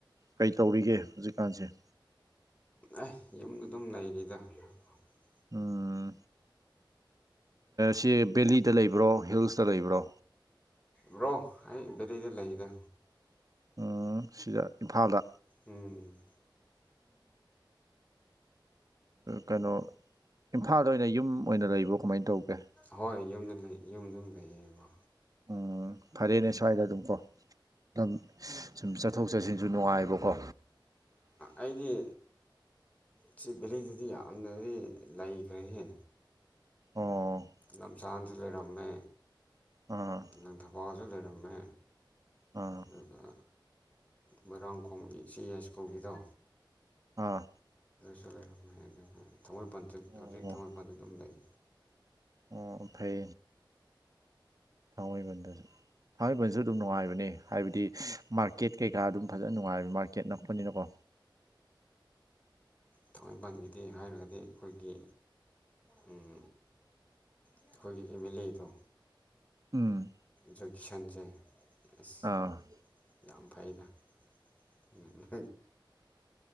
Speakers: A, on the right (about 45°); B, on the left (about 15°).
A: ꯀꯩ ꯇꯧꯔꯤꯒꯦ ꯍꯧꯖꯤꯛꯀꯥꯟꯁꯦ
B: ꯑꯦ ꯌꯨꯝꯗ ꯑꯗꯨꯝ <unintelligible>
A: ꯎꯝ ꯁꯤ ꯕꯦꯂꯤꯗ ꯂꯩ ꯕ꯭ꯔꯣ ꯍꯤꯜꯁꯇ ꯂꯩꯕ꯭ꯔꯣ
B: ꯕ꯭ꯔꯣ ꯑꯩ ꯕꯦꯂꯗ ꯂꯩꯗ
A: ꯎꯝ ꯁꯤꯗ ꯏꯝꯐꯥꯜꯗ
B: ꯎꯝ
A: ꯀꯩꯅꯣ ꯏꯝꯐꯥꯜꯗ ꯑꯣꯏꯅ ꯌꯨꯝ ꯑꯣꯏꯅ ꯂꯩꯕ꯭ꯔꯣ ꯀꯃꯥꯏꯅ ꯇꯧꯒꯦ
B: ꯍꯣꯏ ꯌꯨꯝꯗ ꯌꯨꯝ ꯑꯗꯨꯝ ꯂꯩꯌꯦꯕ
A: ꯎꯝ ꯐꯔꯦꯅꯦ ꯁ꯭ꯋꯥꯏꯗ ꯑꯗꯨꯝꯀꯣ ꯑꯗꯨ ꯁꯨꯝ ꯆꯠꯊꯣꯛ ꯆꯠꯁꯤꯟꯁꯨ ꯅꯨꯡꯉꯥꯏꯕꯀꯣ
B: ꯑꯩꯒꯤ ꯁꯤ ꯕꯦꯂꯩꯗꯨꯗꯤ ꯌꯥꯝꯅꯗꯤ ꯂꯩꯈ꯭ꯔꯦꯍꯦ
A: ꯑꯣ
B: ꯂꯝꯆꯥꯟꯁꯨ ꯂꯩꯔꯝꯃꯦ
A: ꯑꯥ
B: ꯂꯪ ꯊꯕꯥꯜꯁꯨ ꯂꯩꯔꯝꯃꯦ
A: ꯑꯥ
B: ꯑꯗꯨꯒ ꯃꯣꯏꯔꯥꯡꯈꯣꯣꯡ ꯁꯤ ꯑꯦꯁ ꯀꯒꯤꯗ
A: ꯑꯥ
B: ꯂꯩꯔꯝ ꯊꯥꯡꯃꯩꯕꯟꯁꯨ
A: ꯑꯣ
B: ꯍꯧꯖꯤꯛ ꯊꯥꯡꯃꯩꯕꯟꯗ ꯑꯗꯨꯝ ꯂꯩ
A: ꯑꯣ ꯐꯩ ꯊꯥꯡꯃꯩꯕꯟꯗꯁꯨ ꯐꯃꯩꯕꯟꯁꯨ ꯑꯗꯨꯝ ꯅꯨꯡꯉꯥꯏꯕꯅꯦ ꯍꯥꯏꯕꯗꯤ ꯃꯥꯔꯀꯦꯠ ꯀꯩꯀꯥ ꯑꯗꯨꯝ ꯐꯖꯅ ꯅꯨꯡꯉꯥꯏꯕ ꯃꯥꯔꯀꯦꯠ ꯅꯛꯄꯅꯤꯅꯀꯣ
B: ꯊꯥꯡꯃꯏꯕꯟꯒꯤꯗꯤ ꯍꯥꯏꯔꯒꯗꯤ ꯑꯩꯈꯣꯏꯒꯤ ꯎꯝ ꯑꯩꯈꯣꯏꯒꯤ ꯑꯦꯝ ꯑꯦꯜ ꯑꯦꯗꯣ
A: ꯎꯝ
B: ꯏꯖꯨꯀꯦꯁꯟꯁꯦ ꯑꯦꯁ
A: ꯑꯥ
B: ꯌꯥꯝ ꯐꯩꯗ <unintelligible>